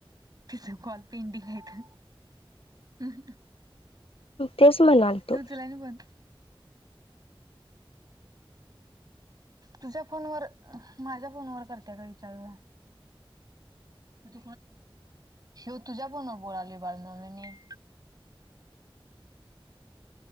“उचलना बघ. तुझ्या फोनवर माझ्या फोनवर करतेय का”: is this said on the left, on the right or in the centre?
Right